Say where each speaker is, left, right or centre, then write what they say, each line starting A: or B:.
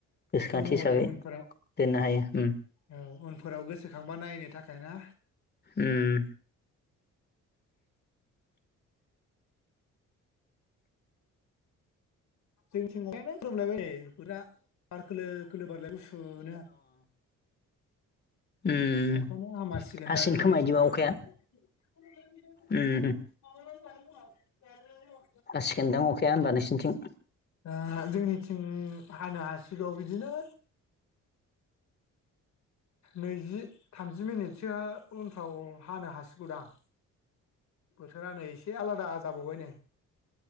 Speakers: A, on the left (about 35°); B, on the left (about 65°).
A: गोसोखांथि
B: महरै
A: हिसाबै
B: उनफोराव
A: दोननो हायो उम।
B: औ उनफोराव गोसोखांबा नायनो थाखाय। ना?
A: उम
B: जोंनि थिं अखायानो खोरोमलायबाय नै <unintelligible> बार खोलो खोलो बारलायबाय गुसुनो
A: ओम
B: अखायानो हामासिगोनदां
A: हासिगोन
B: जोंनिथिंथ'
A: खोमा इदिबा
B: दा
A: अखाया
B: <unintelligible>
A: उम उम
B: <unintelligible>
A: हासिगोनदां अखाया होनबा नोंसिनिथिं
B: ओ जोंनिथिं हानो हासिगौ बिदिनो नैजि थामजि मिनिटसोआ उनफ्राव हानो हासिगौदां बोथोरा नै एसे आलादा जाबावबाय नै